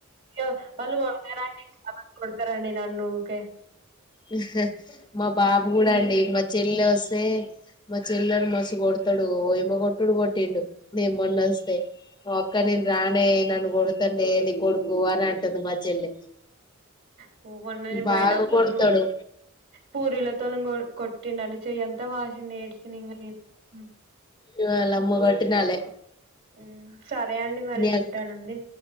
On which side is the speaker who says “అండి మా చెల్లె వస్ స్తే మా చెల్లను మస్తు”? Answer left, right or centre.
Left